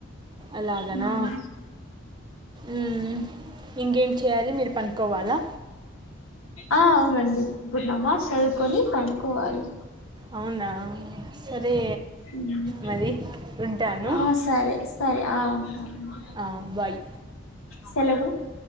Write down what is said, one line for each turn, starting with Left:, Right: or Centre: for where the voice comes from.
Right: అలాగనా
Left: హు హు
Right: మ్మ్. ఇంకేం చేయాలి మీరు పనుకోవాలా
Left: ఆ అవునండి ఇప్పుడు నమాజ్ సదువుకొని పండుకోవాలి
Right: అవునా సరే
Left: ఉమ్.
Right: మరి వుంటాను
Left: ఆ సరే సరే ఆ ఉంటానండి
Right: ఆ బాయ్
Left: సెలవు